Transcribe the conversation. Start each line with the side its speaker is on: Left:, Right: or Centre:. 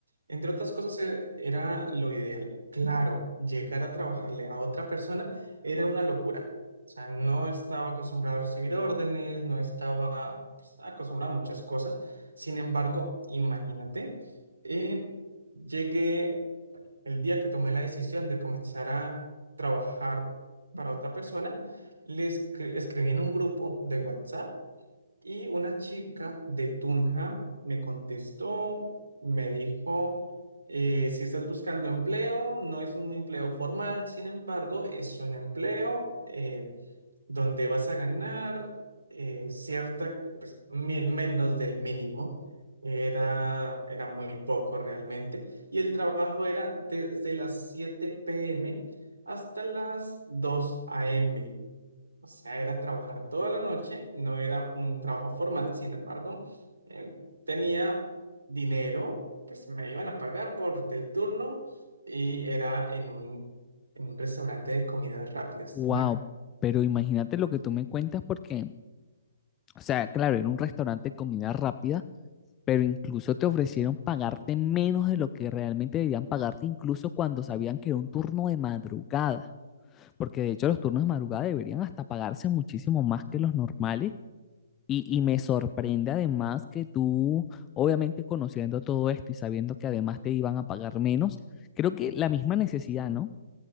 Right: Entre otras cosas, e- era lo ideal. Claro, llegar a trabajarle a otra persona era una locura. O sea, no estaba acostumbrado a recibir órdenes, no estaba, pues, acostumbrado a muchas cosas. Sin embargo, imagínate, eh, llegué el día que tomé la decisión de comenzar a trabajar para otra persona, le escri- escribí en un grupo de WhatsApp y una chica de Tunja me contestó, me dijo, eh, si estás buscando empleo, no es un empleo formal, sin embargo, es un empleo. eh, donde vas a ganar eh, cierta, pues, mi- menos del mínimo. Era, era muy poco realmente. Y el trabajo era desde las 7 p.m. hasta las 2 a.m. O sea, era trabajar toda la noche. No era un trabajo formal, sin embargo, eh, tenía dinero, pues me iban a pagar por el turno y era en un, en un restaurante de comidas rápidas.
Left: Wow, pero imagínate lo que tú me cuentas, porque, o sea, claro, era un restaurante de comida rápida, pero incluso te ofrecieron pagarte menos de lo que realmente debían pagarte, incluso cuando sabían que era un turno de madrugada, porque de hecho los turnos de madrugada deberían hasta pagarse muchísimo más que los normales. Y, y me sorprende además que tú, obviamente conociendo todo esto y sabiendo que además te iban a pagar menos, creo que la misma necesidad, ¿no?